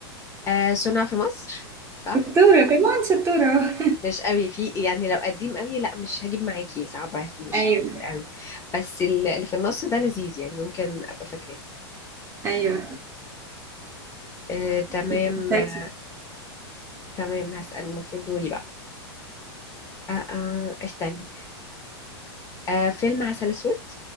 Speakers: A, on the left; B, on the right.
A: آه صنع في مصر صح
B: شطورة كمان شطورة
A: مش قوي في يعني لو قديم قوي لا مش هجيب معاكي صعب مش
B: ايوه
A: فاكر قوي بس ال- اللي في النص ده لذيذ يعني ممكن ابقى فاكراه
B: ايوه
A: آه، تمام
B: مسلسل
A: آه، تمام هسأل المفروض دوري بقى آه، آه، استني آه، فيلم عسل اسود